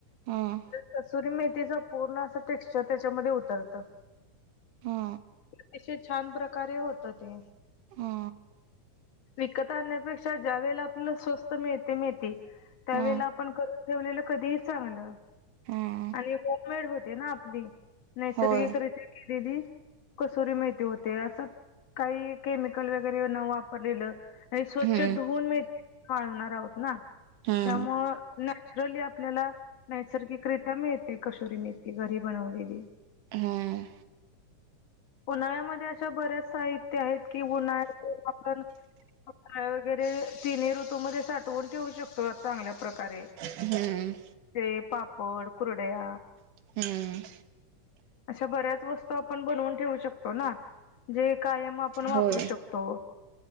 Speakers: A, on the right; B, on the left.
A: हम्म.
B: कसुरी मेथीच पूर्ण असं टेक्स्चर, तेच्यामध्ये उतरतं.
A: हा
B: अतिशय छान प्रकारे होतं ते.
A: हा.
B: विकत आणण्यापेक्षा ज्या वेळेला, आपला स्वस्त मिळते मेथी त्यावेेळेला
A: हा
B: आपण कर ठेवलेलं कधीही चांगलं,
A: हा
B: आणि होम मेड होते ना आपली. नैसर्गिकरीत्या
A: होय
B: केलेली. कस्तुरी मेथी माहिती होते असंच, काही केमिकल वगैरे न वापरलेलं. ते आणि स्वच्छ
A: हम्म
B: धुवून मेथी, वाळणार आहोत ना
A: हम्म
B: त्यामुळं. नॅचरली आपल्याला नैसर्गिकरित्या मिळते, कस्तुरी मेथी घरी बनवलेली.
A: हां.
B: उन्हाळ्यामध्ये अशा बऱ्याच साहित्य. <unintelligible> तिन्ही ऋतू. तू मध्ये साठवून ठेवू शकतो, चांगल्या प्रकारे.
A: हम्म
B: ते पापड कुरड्या.
A: हम्म.
B: अशा बऱ्याच वस्तू आपण बनवून ठेवू शकतो, ना जे कायम आपण वापरू
A: होय
B: शकतो.